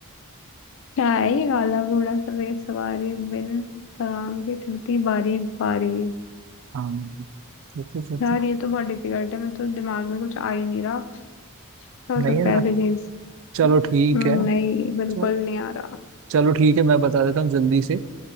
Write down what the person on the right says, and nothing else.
हाँ ये तो सोचो
नहीं
आ रहा
चलो
ठीक है
चलो
चलो ठीक है मैं बता देता हूँ जल्दी से